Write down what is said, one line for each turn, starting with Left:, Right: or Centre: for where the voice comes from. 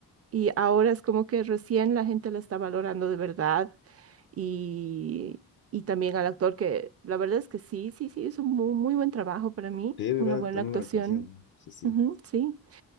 Right: Y ahora es como que recién la gente la está valorando de verdad. Y, y también al actor que la verdad es que sí, sí, sí, es un muy, muy buen trabajo para mí,
Left: Sí, muy
Right: una
Left: buena,
Right: buena
Left: act- muy
Right: actuación.
Left: buena actuación. Sí, sí.
Right: Ujú, sí,